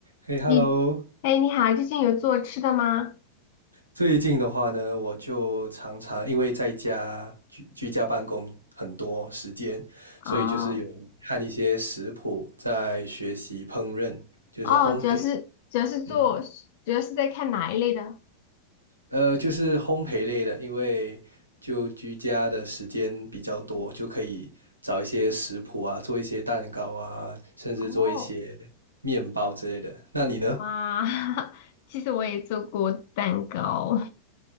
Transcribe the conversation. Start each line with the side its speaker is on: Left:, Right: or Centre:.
Right: 嘿，Hello！
Left: 你，哎，你好，最近有做吃的吗？
Right: 最近的话呢，我就常常因为在家居居家办公很多时间，
Left: 哦，
Right: 所以就是有看一些食谱，在学习烹饪，就是烘焙。
Left: 哦，主要是主要是做，
Right: 嗯，
Left: 主要是在看哪一类的？
Right: 呃，就是烘焙类的，因为就居家的时间比较多，就可以找一些食谱啊，做一些蛋糕啊，甚至做一些面包之类的。
Left: 哦，
Right: 那你呢？
Left: 哇，<laughs> 其实我也做过蛋糕